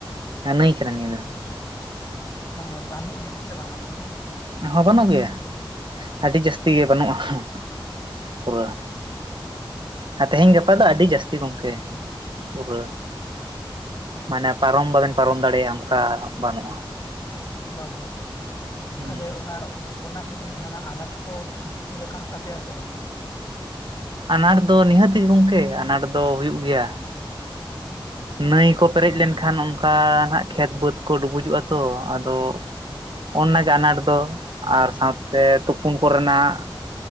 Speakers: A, on the right; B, on the left.
A: ᱦᱮᱸ ᱱᱟᱹᱭ ᱠᱟᱱᱟ ᱱᱤᱭᱟᱹ ᱫᱚ ᱾
B: ᱢᱟᱱᱮ ᱵᱟᱹᱱᱚᱜ ᱜᱮ ᱥᱮ ᱵᱟᱝ ᱚᱱᱟ ᱱᱟᱹᱭ ᱫᱚ?
A: ᱦᱚᱸ ᱵᱟᱹᱱᱩᱜ ᱜᱮᱭᱟ ᱟᱹᱰᱤ ᱡᱟᱹᱥᱛᱤ ᱜᱮ ᱵᱟᱹᱱᱩᱜᱼᱟ ᱾ ᱯᱩᱨᱟᱹ ᱛᱮᱦᱮᱧ ᱜᱟᱯᱟ ᱫᱚ ᱟᱹᱰᱤ ᱡᱟᱹᱥᱛᱤ ᱜᱚᱝᱠᱮ ᱾ ᱯᱩᱨᱟᱹ ᱢᱟᱱᱮ ᱯᱟᱨᱚᱢ ᱵᱟᱵᱮᱱ ᱯᱟᱨᱚᱢ ᱫᱟᱲᱮᱭᱟᱜᱼᱟ ᱚᱱᱠᱟ ᱵᱟᱹᱱᱩᱜᱼᱟ ᱾
B: ᱵᱟᱵᱨᱮ
A: ᱦᱩᱸ
B: ᱛᱟᱦᱚᱞᱮ ᱚᱱᱟ ᱚᱱᱟ ᱠᱷᱟᱹᱛᱤᱨ ᱡᱟᱦᱟᱱᱟᱜ ᱟᱱᱟᱴ ᱠᱚ ᱦᱩᱭ ᱟᱠᱟᱱ ᱛᱟᱯᱮᱭᱟ ᱥᱮ ᱵᱟᱝᱜᱮ?
A: ᱟᱱᱟᱴ ᱫᱚ ᱱᱤᱦᱟᱹᱛᱤ ᱜᱮ ᱜᱚᱝᱠᱮ ᱟᱱᱟᱴ ᱫᱚ ᱦᱩᱭᱩᱜ ᱜᱮᱭᱟ ᱾
B: <unintelligible>
A: ᱱᱟᱹᱭ ᱠᱚ ᱯᱮᱨᱮᱡ ᱞᱮᱱᱠᱷᱟᱱ ᱚᱱᱠᱟ ᱱᱟᱜ ᱠᱷᱮᱛ ᱵᱟᱹᱫᱽ ᱠᱚ ᱰᱩᱵᱩᱡᱚᱜᱼᱟ ᱛᱚ ᱟᱫᱚ ᱱᱟᱜᱮ ᱟᱱᱟᱴ ᱫᱚ ᱟᱨ ᱥᱟᱣᱛᱮ ᱛᱩᱯᱩᱩᱱ ᱠᱚᱨᱮᱱᱟᱜ